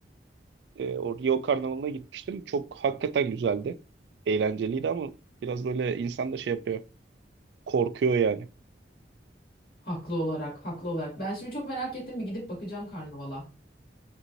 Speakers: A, on the right (about 70°); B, on the left (about 55°).
A: E, o Rio Karnavalı'na gitmiştim. Çok hakikaten güzeldi. Eğlenceliydi ama biraz böyle insan da şey yapıyor. Korkuyor yani.
B: Haklı olarak, haklı olarak. Ben şimdi çok merak ettim. Bir gidip bakacağım karnavala.